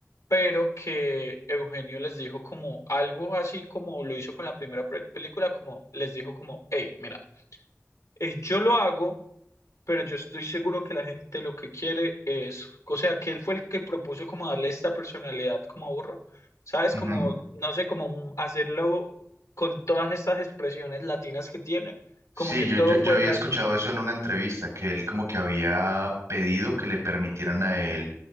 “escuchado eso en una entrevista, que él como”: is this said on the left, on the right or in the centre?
Right